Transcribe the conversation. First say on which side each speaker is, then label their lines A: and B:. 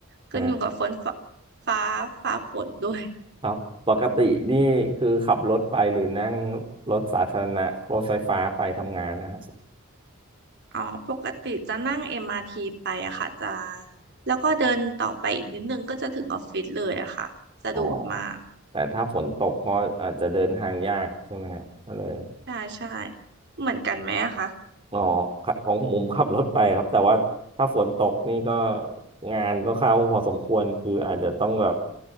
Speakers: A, on the right; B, on the right.
A: ขึ้นอยู่กับฝนฟ้า
B: นะ
A: ฟ้าฟ้าฝนด้วย
B: ครับ ปกตินี่คือขับรถไปหรือนั่งรถสาธารณะรถไฟฟ้าไปทำงานนะฮะ
A: อ๋อปกติจะนั่ง MRT ไปอะค่ะจะแล้วก็เดินต่อไปอีกนิดนึงก็จะถึงออฟฟิศเลยอะค่ะสะดวกมาก
B: อ๋อแต่ถ้าฝนตกก็อาจจะเดินทางยากใช่ไหมฮะก็เลย
A: ใช่ใช่เหมือนกันไหมอะคะ
B: อ๋อครับของผมขับรถไปครับแต่ว่าถ้าฝนตกนี่ก็งานก็เข้าพอสมควรคืออาจจะต้องแบบ